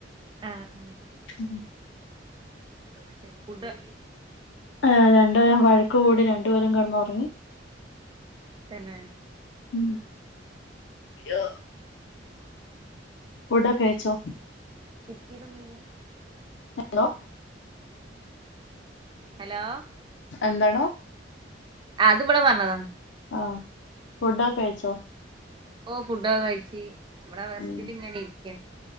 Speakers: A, on the right; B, on the left.
A: ആഹ് ആഹ്.
B: <inaudible>
A: ആഹ് ഫുഡ്
B: ആഹ് രണ്ട്പേരും വഴക്ക് കൂടി രണ്ട്പേരും കടന്നാെറ്ങ്ങി
A: തന്നേ
B: ഉം യ്യോ ഫുഡൊക്കെ കയ്ച്ചോ
A: ചിക്കീട്ടൊന്നുല്ല്യാ
B: ഹലോ
A: ഹലോ
B: എന്താണോ
A: അത് ഇവിടെ പറഞ്ഞതാ
B: ആഹ് ഫുഡൊക്കെ കഴിച്ചോ
A: ഓഹ് ഫുഡൊകെ കഴിച്ച് ഇവടെ റെസ്റ്റിലിങ്ങനെ
B: ഉം
A: ഇരിക്കാണ്